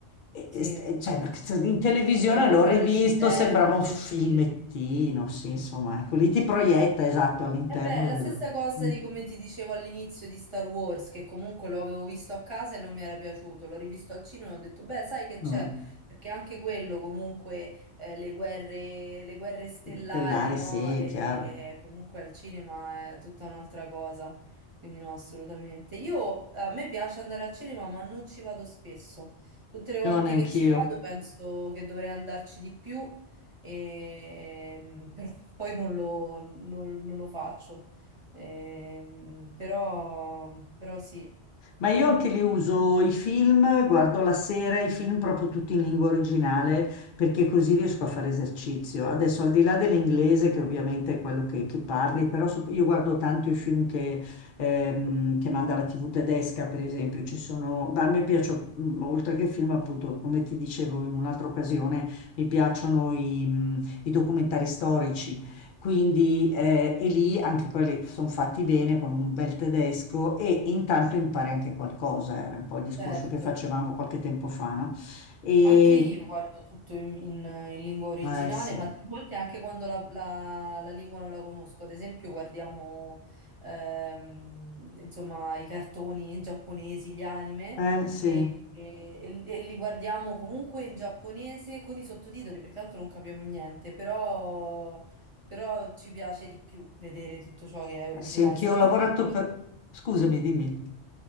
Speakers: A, on the left (about 55°); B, on the right (about 30°).
A: E-
B: sì,
A: e st- cioè, in televisione
B: sei proprio
A: l'ho rivisto,
B: all'interno
A: sembrava un
B: del
A: filmettino,
B: film.
A: sì, insomma, ecco, lì ti proietta, esatto, all'interno
B: E beh, è la
A: del...
B: stessa cosa
A: Mm.
B: di come ti dicevo all'inizio di Star Wars, che comunque lo avevo visto a casa e non mi era piaciuto, l'ho rivisto al cinema e ho detto, beh, sai che c'è?
A: Eh,
B: Perché anche quello comunque, eh, le guerre, le guerre stellari,
A: Stellare,
B: no?
A: sì,
B: E
A: è chiaro.
B: comunque al cinema è tutta un'altra cosa, quindi no, assolutamente. Io, a me piace andare al cinema, ma non ci vado spesso. Tutte le volte
A: Io neanch'io.
B: che ci vado penso che dovrei andarci di più Ehm, però <laughs> poi non lo, non- non lo faccio. Ehm, però, però sì,
A: Ma io anche li uso i film, guardo la sera i film proprio tutti in lingua originale perché così riesco a fare esercizio. Adesso al di là dell'inglese che ovviamente è quello che, che parli, però so- io guardo tanto i film che, ehm, che manda la TV tedesca, per esempio, ci sono, ma a me piacciono, mm, oltre che i film appunto, come ti dicevo in un'altra occasione, mi piacciono i, mm, i documentari storici. Quindi eh, e lì anche quelli sono fatti bene con un bel tedesco e intanto impari anche qualcosa, era un po' il discorso
B: certo.
A: che facevamo qualche tempo fa, no? E
B: Anche io guardo tutto in, in- in lingua originale,
A: eh sì,
B: ma delle volte anche quando la, la- la lingua non la conosco. Ad esempio, guardiamo ehm, insomma, i cartoni giapponesi, gli anime,
A: eh sì,
B: e, e- e li guardiamo comunque in giapponese con i sottotitoli, perché tanto non capiamo niente, però, però ci piace di più vedere tutto ciò che è originale,
A: sì, anch'io
B: soprattutto
A: ho lavorato
B: i
A: per... Scusami, dimmi.